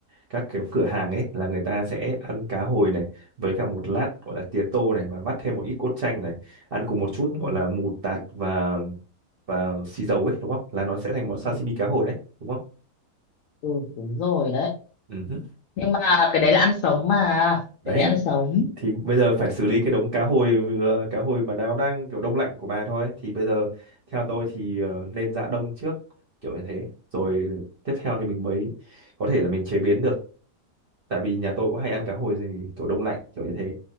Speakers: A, on the right; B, on the left.
A: các kiểu cửa hàng ấy là người ta sẽ ăn cá hồi này với cả một lát gọi là tía tô này và vắt thêm một ít cốt chanh này ăn cùng một chút
B: ừ,
A: gọi là mù tạt và và xì dầu ấy đúng không là nó sẽ thành món sashimi
B: ừ,
A: cá hồi đấy đúng không
B: ừ, đúng rồi đấy
A: ừ. hứ.
B: nhưng mà cái đấy là ăn sống mà
A: đấy
B: cái đấy ăn sống
A: thì bây giờ phải xử lý cái đống cá hồi vừa- cá hồi mà nó đang kiểu đông lạnh của bà thôi thì bây giờ theo tôi thì ờ, nên giã đông trước kiểu như thế rồi tiếp theo thì mình mới có thể là mình chế biến được tại vì nhà tôi cũng
B: Ờ,
A: hay ăn cá hồi gì kiểu đông lạnh kiểu như thế